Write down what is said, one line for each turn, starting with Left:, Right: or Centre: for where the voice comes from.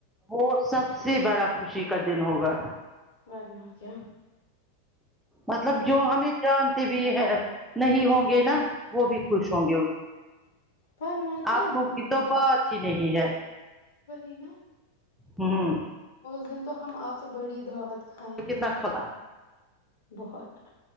Centre: وہ سب سے بڑا خوشی کا دن ہوگا
Left: ورنہ کیا
Centre: مطلب جو ہمیں جانتے بھی ہے نہیں ہوں گے نا وہ بھی خوش ہوں گے
Left: ورنہ کیا
Centre: آپ تو بات ہی نہیں ہے
Left: وہی نا
Centre: ہمم
Left: اس دن تو ہم اپ سے بڑی دعوت کھائیں
Centre: کتنا
Left: گے
Centre: کھا
Left: بہت